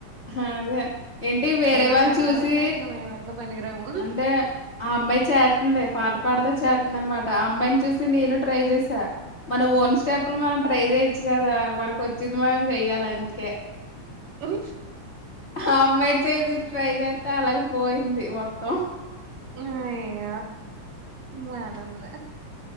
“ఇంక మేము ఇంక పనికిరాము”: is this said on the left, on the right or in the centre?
Right